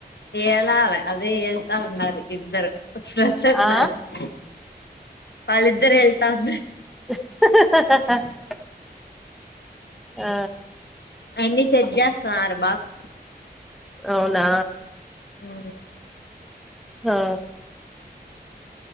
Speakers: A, on the left; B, in the centre.
A: ఏలాల అదే ఎళ్తా అన్నారు ఇద్దరు ఫ్రెష్ అవుతున్నారు
B: ఆ
A: ఇద్దరు వాళ్లిద్దరు ఎల్తా అన్నారు
B: హ హ హ హ ఆ
A: ఆయన్ని సెట్ చేస్తానారు బాక్స్
B: అవునా
A: ఉ
B: హా